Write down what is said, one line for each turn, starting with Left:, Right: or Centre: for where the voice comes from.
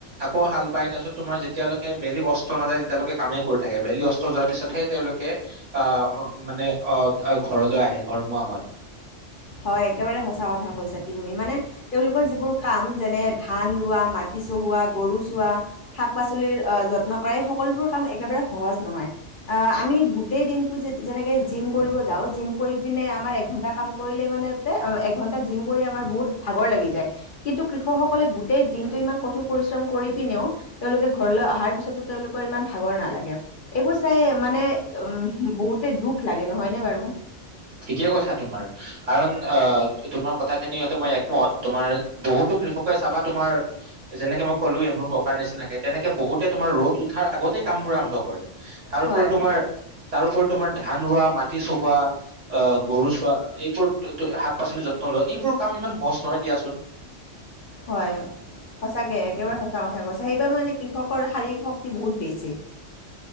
Right: আকৌ হাল বাই, তাৰপিছত তোমাৰ যেতিয়ালৈকে বেলি অস্ত্ৰ নাযায় তেতিয়ালৈকে কামেই কৰি থাকে বেলি অস্ত্ৰ যোৱাৰ পিছতহে তেওঁলোকে আহ মানে আহ ঘৰলৈ আহে ঘৰমুৱা হয়।
Left: হয়, একেবাৰে সঁচা কথা কৈছা তুমি, মানে তেওঁলোকৰ যিবোৰ কাম, যেনে ধান ৰোৱা, মাটি চহোৱা, গৰু চোৱা, শাক পাচলিৰ আহ' যত্ন কৰা এই সকলোবোৰ কাম একেবাৰে সহজ নহয়। আহ' আমি গোটেই দিনটো যে যেনেকে জিম কৰিব যাও জিম কৰি পিনে আমাৰ এঘন্টা কাম কৰিলে মানে এঘন্টা জিম কৰি আমাৰ বহুত ভাগৰ লাগি যায়, কিন্তু কৃষকসকলে গোটেই দিনটো ইমান কঠোৰ পৰিশ্ৰম কৰি পিনেও তেওঁলোকে ঘৰলৈ অহাৰ পিছতো তেওঁলোকৰ ইমান ভাগৰ নালাগে। এইবোৰ চাই মানে উম, বহুতে দুখ লাগে নহয়নে বাৰু?
Right: ঠিকেই কৈছা তোমাৰ, কাৰণ অ' তোমাৰ কথাখিনি মই একমত, তোমাৰ বহুতো কৃষকে চাবা তোমাৰ যেনেকে মই ক'লো মোৰ ককাৰ নিচিনাকে তেনেকে বহুতে তোমাৰ ৰ'দ উঠাৰ আগতেই কামবোৰ আৰম্ভ কৰে তাৰোপৰি
Left: হয়।
Right: তোমাৰ, তাৰোপৰি তোমাৰ ধান ৰোৱা, মাটি চহোৱা। গৰু চোৱা, এইবোৰ শাক পাচলি যত্ন লোৱা এইবোৰ কাম ইমান সহজ নহয় দিয়াচোন।
Left: হয়, সঁচাকে একেবাৰে সঁচা কথা কৈছে সেইবাৰ মানে কৃষকৰ শাৰীৰিক শক্তি বহুত বেছি।